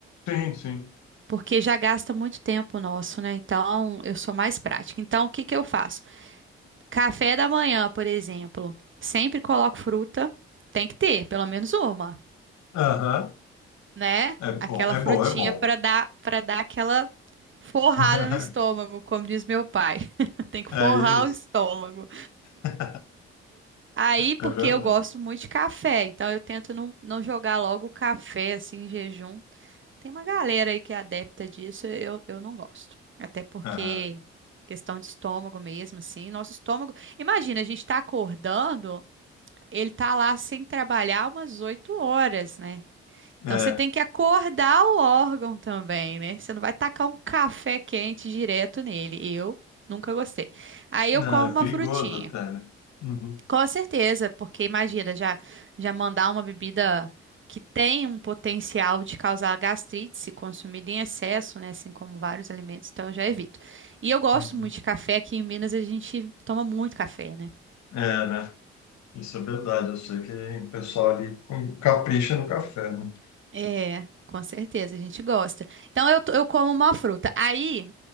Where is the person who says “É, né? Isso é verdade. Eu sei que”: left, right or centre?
Left